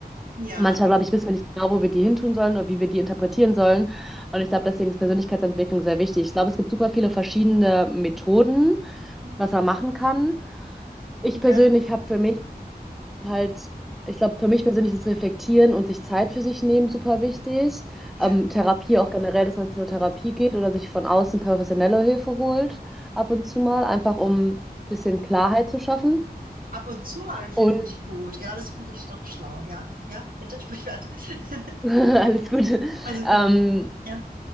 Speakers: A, on the right (about 60°); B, in the centre.
A: Ja,
B: Und manchmal, glaube ich, wissen wir nicht genau, wo wir die hintun sollen oder wie wir die interpretieren sollen. Und ich glaube, deswegen ist Persönlichkeitsentwicklung sehr wichtig. Ich glaube, es gibt super viele verschiedene Methoden,
A: mhm,
B: was man machen kann. Ich
A: ja,
B: persönlich habe für mich halt, ich glaube, für mich persönlich ist Reflektieren und sich Zeit für sich nehmen super wichtig.
A: ja.
B: Ähm, Therapie auch generell, dass man zur Therapie geht oder sich von außen professionelle Hilfe holt, ab und zu mal, einfach um ein bisschen Klarheit zu schaffen.
A: Ab und zu mal finde
B: Und
A: ich gut. Ja, das finde ich doch schlau. Ja, ja, bitte sprich weiter. <laughs>
B: <laughs> alles Gute.
A: Also,
B: Ähm,
A: für- ja.